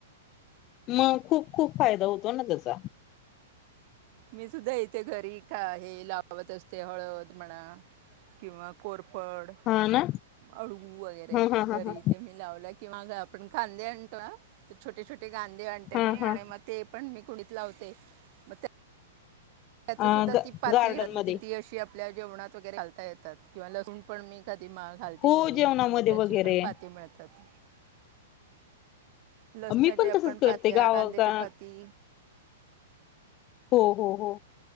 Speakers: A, on the left (about 30°); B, on the right (about 45°).
A: मग खूप खूप फायदा होतो ना त्याचा.
B: मी सुद्धा येथे घरी का आहे लावत असते, हळद म्हणा किंवा कोर. पापड
A: हा ना
B: अळगू वगैरे
A: हा हा हा
B: घरी
A: हा
B: इथे मी लावल्या किंवा आपण खांदे आणतो ना. ोट ोट <unintelligible> गांधी आणते
A: हा
B: मी
A: हा
B: आणि मग ते पण मी कुणी. लावते मग त्या. त्याच
A: अ
B: सुद्धा
A: ग
B: ती पाती
A: गार्डन मध्ये
B: ती अशी. आपल्या जेवणात वगैरे घालता येतात किंवा लसू पण मी. कधी माळ घालते
A: हो
B: कुंडीमध्ये
A: जेवणामध्ये
B: मग त्याची
A: वगैरे
B: पण पाती मिळतात. लसणाच्या
A: मी पण
B: आपण
A: तसच करते
B: पात्या
A: गावा
B: कांद्याची
A: गा
B: पाती.
A: हो हो हो